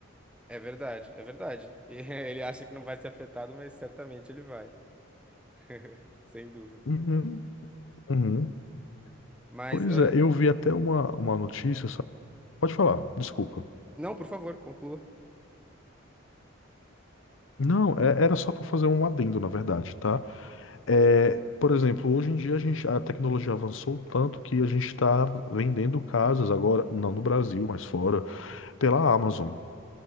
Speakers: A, in the centre; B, on the left.
A: É verdade, é verdade. E <laughs> Ele acha que não vai ser afetado, mas certamente ele vai. <laughs> Sem dúvida.
B: Uhum, uhum.
A: Mas,
B: Pois
A: ah,
B: é, eu vi até uma, uma notícia. sabe? Pode falar, desculpa.
A: não, por favor, conclua.
B: Não, é- era só para fazer um adendo, na verdade, tá? É, por exemplo, hoje em dia a gente, a tecnologia avançou tanto que a gente está vendendo casas agora, não no Brasil, mas fora, pela Amazon.